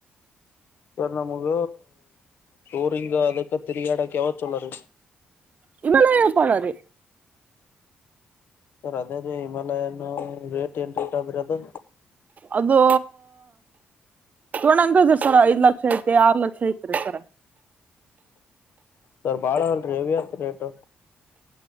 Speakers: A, on the left; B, on the right.
A: ಸರ್ ನಮಗ ಟೋರಿಂಗ ಅದಕ್ಕ ತಿರಿಗಾಡಕ್ಕೆ ಯಾವ ಚಲ ರೀ
B: ವಿಮಾಲಯ ಪಡದೆ
A: ಸರ್ ಅದೇ ರೀ ಹಿಮಾಲಯನ ರೇಟ್ ಏನ್ ರೇಟ್ ಅದ್ರೆ ಅದು
B: ಅದು ತೊಗೊಂಡಗ ಐತ್ರಿ ಸರ್ ಐದ್ ಲಕ್ಷ ಐತಿ ಆರು ಲಕ್ಷ ಐತ್ರಿ ಸರ
A: ಸರ್ ಬಾಳ ಅಲ್ರಿ ಹೆವ ಅತ್ ರೇಟ್